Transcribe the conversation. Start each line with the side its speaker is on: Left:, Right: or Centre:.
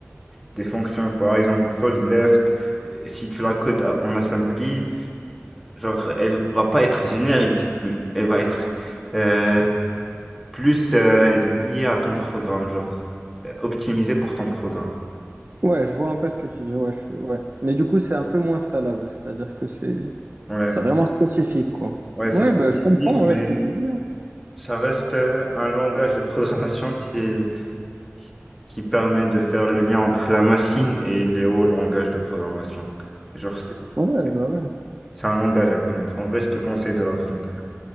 Centre: des fonctions, par exemple fold left, si tu la codes à- en assembly, genre elle va pas être générique, elle va être euh, plus euh, liée à ton programme, genre euh, optimisée pour ton programme.
Right: Ouais, je vois un peu ce que tu dis. Ouais, je suis- ouais. Mais du coup, c'est un peu moins scalable. C'est-à-dire que c'est
Centre: Ouais,
Right: c'est vraiment spécifique, quoi.
Centre: ouais, c'est
Right: Ouais,
Centre: spécifique,
Right: bah, je comprends en
Centre: mais
Right: vrai, ce que tu dis. hein.
Centre: ça reste euh, un langage de programmation qui est- qui qui permet de faire le lien entre la machine et les hauts langages de programmation. Genre c'est
Right: Ouais,
Centre: c'est-
Right: bah ouais.
Centre: c'est un langage à connaître. En vrai, je te conseille de l'apprendre.